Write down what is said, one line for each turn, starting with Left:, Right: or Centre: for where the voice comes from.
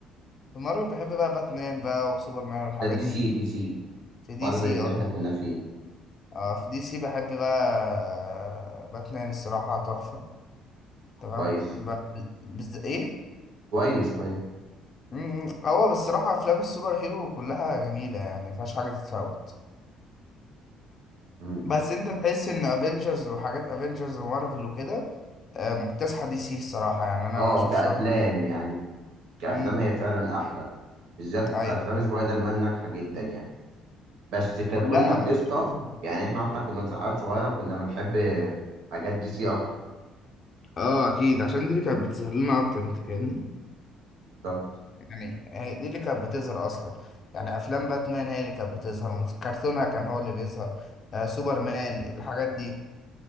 Left: في مارفل بحب بقى باتمان بقى وسوبرمان والحاجات
Right: ده دي
Left: دي
Right: سي دي سي
Left: في دي
Right: مارفل
Left: سي
Right: اللي احنا كنا فيه
Left: اه في دي سي بحب بقى آه، باتمان الصراحة تحفة تمام
Right: كويس
Left: ب... بز... ايه
Right: كويس كويس
Left: مم، هو بالصراحة افلام السوبر هيرو كلها جميلة يعني مفيهاش حاجة تتفوت
Right: مم.
Left: بس انت تحس ان افنجرز وحاجات افنجرز ومارفل وكده آه، مكتسحة دي سي الصراحة يعني انا
Right: اه
Left: ما اشوفش
Right: كأفلام
Left: وجه
Right: يعني كأفلام
Left: امم
Right: هي فعلا احلى بالذات
Left: ايوه
Right: افلام
Left: أيوة.
Right: سبايدر مان ناجحة جدا يعني بس ككنا
Left: كلها
Right: قصة
Left: مفيش فرصة
Right: يعني احنا واحنا كنا عيال صغيرة كنا بنحب حاجات دي سي اكتر
Left: اه اكيد عشان دي اللي كانت بتظهر لنا اكتر انت فاهمني
Right: بالظبط
Left: يعني هي دي اللي كانت بتظهر اصلا يعني افلام باتمان هي اللي كانت بتظهر مس- كرتونها كان هو اللي بيظهر آه سوبرمان الحاجات دي